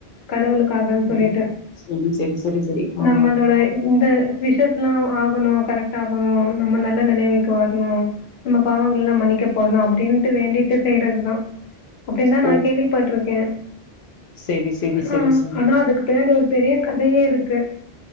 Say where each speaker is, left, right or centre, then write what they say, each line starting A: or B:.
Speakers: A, on the left; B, on the left.
A: கடவுளுக்காகன்னு சொல்லிட்டு
B: ம் சரி சரி சரி சரி ஆ
A: நம்மளோட இந்த விஷேத்தல்லா ஆகணு கரெக்ட் ஆகணு நம்ம நல்ல நெலமைக்கு வர்ணு நம்ம பாவங்கல்லா மன்னிக்க படணு அப்டின்ட்டு வேண்டிட்டு செய்றதுதா அப்டின்னு தா
B: ஓ
A: நா கேள்விப்பட்ருக்கே
B: சரி சரி
A: ஆனா
B: சரி சரி
A: ஆனா அதுக்கு பின்னாடி ஒரு பெரிய கதையே இருக்கு